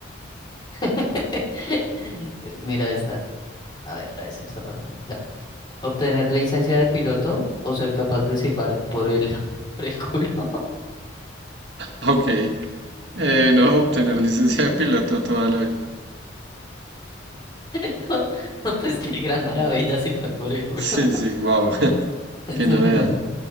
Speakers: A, on the left; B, on the right.
A: <laughs> Mira esta. A ver, ahí se me está pasando. Ya. Obtener licencia de piloto o ser capaz de silbar por el, <laughs> por el culo.
B: ok. Eh, no obtener licencia de piloto toda la vida.
A: <laughs> no Pues qué gran maravilla silbar por el culo.
B: Sí, sí, wow.
A: <laughs>
B: <laughs> Qué novedad.
A: No,